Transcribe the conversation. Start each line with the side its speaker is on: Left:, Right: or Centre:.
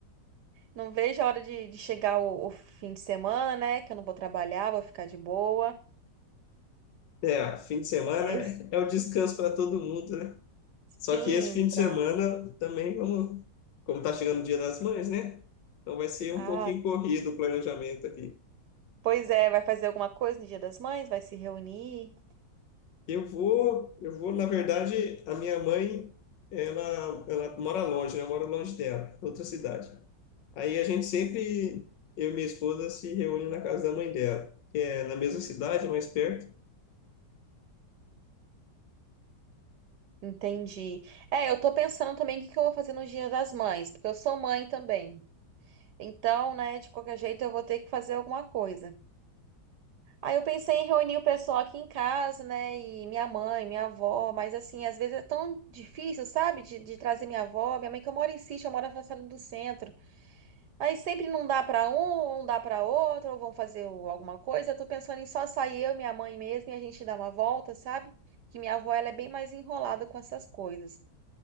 Right: Não vejo a hora de, de chegar o, o fim de semana, né? Que eu não vou trabalhar, vou ficar de boa.
Left: É, fim de semana
Right: <laughs>
Left: é o descanso para todo mundo, né? Só
Right: Sim,
Left: que esse fim de
Right: pra...
Left: semana também vamos, como tá chegando o Dia das Mães, né? Então vai ser um
Right: Ah,
Left: pouquinho corrido o planejamento aqui.
Right: pois é, vai fazer alguma coisa no Dia das Mães? Vai se reunir?
Left: Eu vou, eu vou, na verdade, a minha mãe, ela, ela mora longe, né? Eu moro longe dela, outra cidade. Aí a gente sempre, eu e minha esposa, se reúne na casa da mãe dela, que é na mesma cidade, mais perto.
Right: Entendi. É, eu tô pensando também o que que eu vou fazer no Dia das Mães, porque eu sou mãe também. Então, né, de qualquer jeito eu vou ter que fazer alguma coisa. Aí eu pensei em reunir o pessoal aqui em casa, né, e minha mãe, minha avó, mas assim, às vezes é tão difícil, sabe, de, de trazer minha avó, minha mãe que eu moro em sítio, eu moro na França do Centro. Aí sempre não dá pra um, ou não dá pra outro, ou vão fazer o- alguma coisa. Eu tô pensando em só sair eu, minha mãe mesmo, e a gente dar uma volta, sabe? Que minha avó, ela é bem mais enrolada com essas coisas.